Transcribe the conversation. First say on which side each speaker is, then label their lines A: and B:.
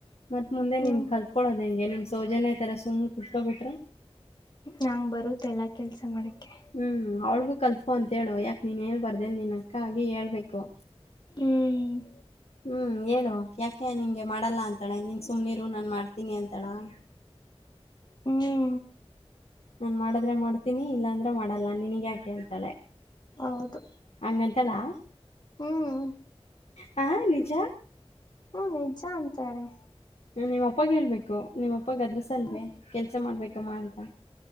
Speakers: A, on the left; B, on the left.
A: ಮತ್ ಮುಂದೆ
B: ಹ್ಮ್
A: ನಿನ್ ಕಲ್ತ ಕುತ್ಕೋ್ ಹೆಂ ನಿಮ್ ಸೌಜನ್ಯ ತರ ಸುಮ್ ಕುತ್ಕೋ ಬಿಟ್ರ
B: ನಾ್ ಬರುತ್ ಎಲ್ಲಾ ಕೆಲ್ಸ ಮಾಡಕ್ಕೆೆ
A: ಹ್ಮ್ ಅವಳಗೂ ಕಲ್ತ್ಕೊ ಅಂತೇಳು ಯಾಕೆ ನೀನ್ ಹೇಳ್ಬರ್ ನ್ ನಿನ್ ಅಕ್ಕ ಆಗಿ ಹೇಳ್ಬೇಕು
B: ಹ್ಮ್
A: ಹ್ಮ್ ಹೇಳು ಯಾಕೆ ನಿಂಗೆ ಮಾಡಲ್ಲಾ ಅಂತಾಳೆ ನೀನ್ ಸುಮ್ನೀರು ನಾನ್ ಮಾಡ್ತೀನಿ ಅಂತಳ <inaudible>
B: ಹ್ಮ್
A: ನಾನ್ ಮಾಡದ್ರೆ ಮಾಡ್ತೀನಿ ಇಲ್ಲಾಂದ್ರೆ ಮಾಡಲ್ಲ ನನ್ಗ್ ಯಾಕೆ ಅಂತಾಳೆ
B: ಹೌದು
A: ಹಂಗಂತಳಾ
B: ಹ್ಮ್
A: ಹ ನಿಜ
B: ಹ್ಮ ನಿಜ ಅಂತಾಾರೆ
A: ನಿಮ್ಮ ಅಪ್ಪಾಗ ಹೇಳ್ಬೇಕು ನಿಮ್ಮಪ್ಪಾಗ ಅದ್ರಸ ಅಲ್ವೇ
B: ಹ್ಮ್
A: ಕೆಲ್ಸ ಮಾಡ್ಬೇಕಮ್ಮ ಅಂತ